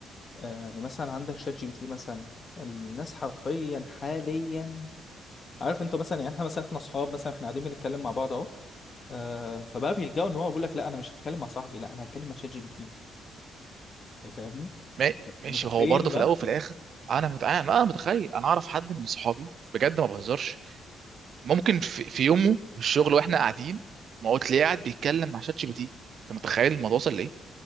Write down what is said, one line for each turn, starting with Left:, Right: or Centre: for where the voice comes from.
Left: آه، يعني مثلا عندك شات جي بي تي مثلا الناس حرفيا حاليا عارف انت مثلا يعني احنا مثلا احنا اصحاب مثلا احنا قاعدين بنتكلم مع بعض اهو آه فبقى بيلجأوا ان هو بيقول لك لا انا مش هتكلم مع صاحبي لا انا هتكلم مع شات جي بي تي يعني فاهمني
Right: ما- ماشي
Left: متخيل
Right: هو برضه في
Left: بقى
Right: الاول وفي الاخر انا مت... انا أنا متخيل انا اعرف حد من صحابي بجد ما بهزرش ممكن في, في يومه في الشغل واحنا قاعدين ما هو تلاقيه قاعد بيتكلم مع شات جي بي تي انت متخيل الموضوع وصل لايه؟